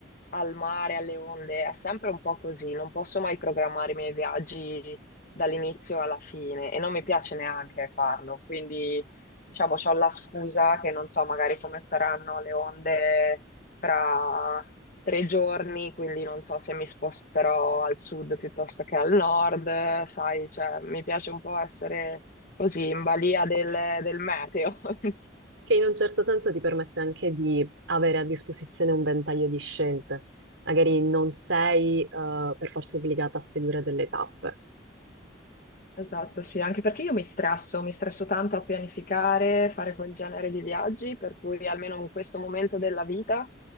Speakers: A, on the left (about 45°); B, on the right (about 85°).
A: al mare, alle onde, è sempre un po' così, non posso mai programmare i miei viaggi dall'inizio alla fine e non mi piace neanche farlo, quindi diciamo c'ho la scusa che non so magari come saranno le onde fra tre giorni, quindi non so se mi sposterò al sud piuttosto che al nord, sai, cioè mi piace un po' essere così in balia del, del meteo. <laughs>
B: che in un certo senso ti permette anche di avere a disposizione un ventaglio di scelte. Magari non sei, eh, per forza obbligata a seguire delle tappe.
A: Esatto, sì, anche perché io mi stresso, mi stresso tanto a pianificare, fare quel genere di viaggi, per cui almeno in questo momento della vita